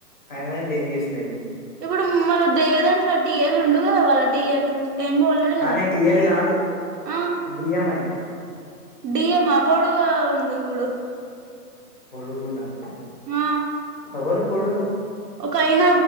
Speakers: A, on the left (about 30°); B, on the right (about 75°).
A: ఆయననే డీల్ చేస్
B: ఇప్పుడు మళ్ళ దేవి దాంట్లో టీయేలు ఉండు కదా వాళ్ళ టీయేలు ఏం పోలేదు
A: కానీ
B: కదా
A: టిఎల్ కాదు
B: ఆ
A: డిఎం అయినా
B: డియే మాకు కూడా ఉంది చూడు
A: పోడుగున్నా
B: ఆ
A: ఎవరు పొడుగా
B: ఒక ఆయన